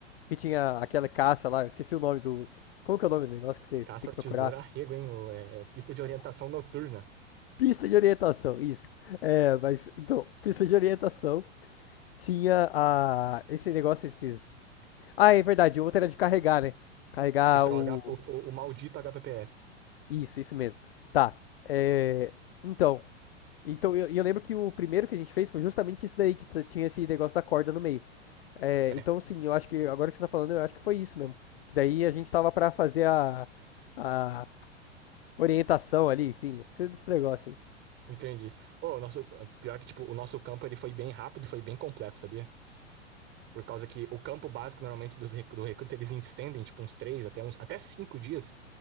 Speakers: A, on the left (about 55°); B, on the right (about 30°).
A: que tinha aquela caça lá, eu esqueci o nome do. Como que é o nome do negócio que você,
B: Caça
A: você tem que
B: ao tesouro
A: procurar?
B: arrego, hein? O- É, é pista de orientação noturna.
A: Pista de orientação, isso. É, mas então, pista de orientação tinha a, esse negócio, esses. Ah, é verdade, o outro era de carregar, né? Carregar
B: Isso é
A: o.
B: o, H, o, o maldito HPPS.
A: Isso, isso mesmo. Tá. É, então. Então, eu, eu lembro que o primeiro que a gente fez foi justamente isso daí, que t- tinha esse negócio da corda no meio. É,
B: É,
A: então, sim, eu acho que agora que você tá falando, eu acho que foi isso mesmo. Que daí a gente tava pra fazer a, a orientação ali, enfim, esse, esse negócio aí.
B: entendi. Ô, o nosso, pior que, tipo, o nosso campo ele foi bem rápido e foi bem completo, sabia? Por causa que o campo básico, normalmente, dos, rec- do recruta, eles estendem, tipo, uns três até uns, até cinco dias